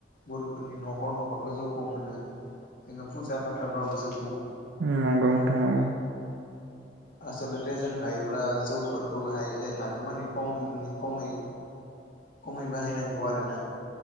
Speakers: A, on the left (about 50°); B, on the right (about 80°).
A: बर'फोरनि न'खर न'खरबो जौखौ मोनो जोङो फुजा फाथालबाबो जौ
B: उम नंगौ नोंथां नोंगौ।
A: आसलथे जों हायोब्ला जौफोरखौ हाय हागौ मानि खम खमै खमै बाहायनांगौ आरोना।